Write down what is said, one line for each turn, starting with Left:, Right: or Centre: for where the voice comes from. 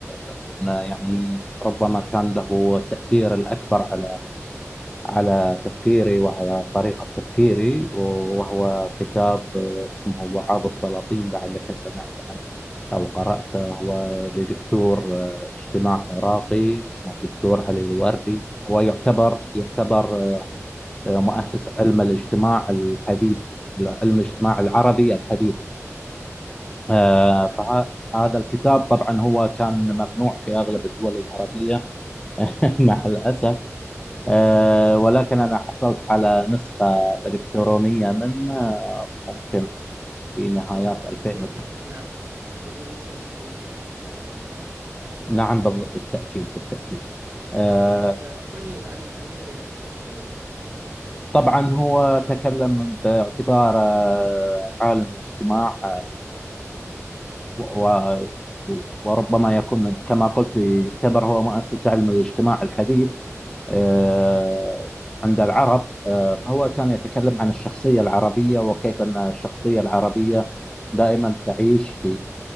Left: آه، يعني ربما كان له تأثير الأكبر على على تفكيري وعلى طريقة تفكيري وهو كتاب آه، اسمه وعاظ السلاطين لعلك سمعت عنه أو قرأته هو لدكتور آه، اجتماع عراقي اسمه الدكتور علي الوردي هو يعتبر يعتبر آه، مؤسس
Right: نعم
Left: علم الاجتماع الحديث علم الاجتماع العربي الحديث آه،
Right: نعم
Left: فهذا الكتاب طبعا هو كان ممنوع في أغلب الدول العربية <laughs> مع الأسف آه، ولكن أنا حصلت على نسخة إلكترونية منه آه، ممكن في نهايات 2009
Right: أه، يمكن نعم أو يمكن يمكنك أن تشاركها معي
Left: نعم بالض- بالتأكيد بالتأكيد آه،
Right: أكيد فقل لي عن عن ماذا يحكي, يحكي هذا الكتاب يعني
Left: طبعا هو تكلم باعتباره عالم اجتماع آه، و- و- وربما يكون كما قلت يعتبر هو مؤسس علم الاجتماع الحديث آه، عند العرب آه، فهو كان يتكلم عن الشخصية العربية وكيف أن الشخصية العربية دائما تعيش في